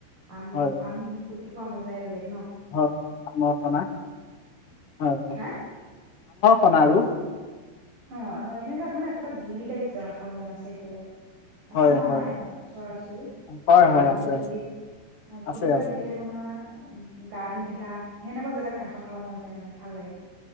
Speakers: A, on the right (about 40°); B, on the left (about 45°).
A: আম
B: হয়
A: আম দিখোৱা মজাই বেলেগ। ন
B: <unintelligible>
A: হা
B: আমৰ সণাৰো
A: অ আকৌ এনেকুৱা মানে ক'ৰবাত জুৰি টাইত য খাব মন আছে এইফালে আছে
B: হয়
A: নহয়
B: হয়
A: আমাৰ এইফ ওচৰা ওচৰিও
B: হয়
A: পাহাৰত
B: হয় আছে
A: যে জুৰিত
B: আছে
A: অ
B: আছে
A: ফটোবলাক
B: আছে
A: দেখি থাকো নহয় গা ধুই থকা সেনেকুৱা জেগাত কাষত খাব মন যায় মানে ভাল লাগে